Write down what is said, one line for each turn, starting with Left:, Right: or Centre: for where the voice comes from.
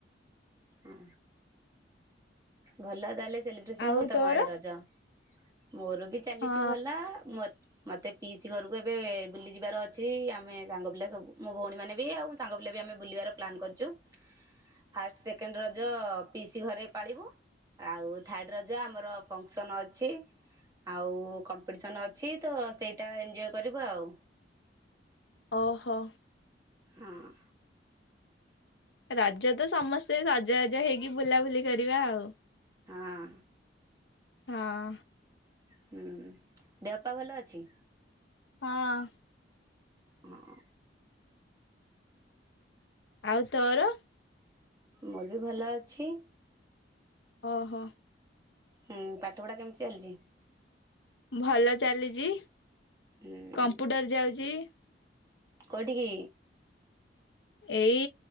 Right: ହୁଁ। ଭଲ ତାହେଲେ ସେଲିବ୍ରେସନ
Left: ଆଉ
Right: ହଉ ତମ
Left: ତୋର?
Right: ଆଡେ ରଜ ମୋର ବି। ଚାଲିଛି
Left: ହଁ
Right: ଭଲ ମୋର। ମତେ ପିଇସି ଘରୁକୁ ଏବେ ବୁଲି ଯିବାର ଅଛି ଆମେ ସାଙ୍ଗ ପିଲା ସବୁ ମୋ ଭଉଣୀ ମାନେ ବି ଆଉ। ସାଙ୍ଗ ପିଲା ବି ଆମେ ବୁଲିବାର ପ୍ଲାନ୍ କରିଛୁ।
Left: <unintelligible>
Right: ଫାଷ୍ଟେ, ସେକେଣ୍ଡେ ରଜ ପିଇସିି ଘରେ ପାଳିବୁ। ଆଉ ଥାର୍ଡ଼ ରଜ ଆମର ଫଙ୍କସନ୍ ଅଛି। ଆଉ କମ୍ପିଟିସନ୍ ଅଛି ତ ସେଇଟା ଏଞ୍ଜୟ କରିବା ଆଉ।
Left: ଓହୋ।
Right: ହଁ।
Left: ରଜ ତ ସମସ୍ତେ ସଜବାଜ ହେଇକି ବୁଲାବୁଲି କରିବା ଆଉ।
Right: ହଁ।
Left: ହଁ।
Right: ହୁଁ ଦେହପା ଭଲ ଅଛି?
Left: ହଁ।
Right: ହଁ।
Left: ଆଉ ତୋର?
Right: ମୋର ବି ଭଲ ଅଛି।
Left: ଓହୋ।
Right: ହଁ ପାଠପଢ଼ା କେମିତି ଚାଲିଛି?
Left: ଭଲ ଚାଲିଛି,
Right: ହୁଁ
Left: କମ୍ପୁଟର ଯାଉଛି।
Right: କୋଠିକି?
Left: ଏଇ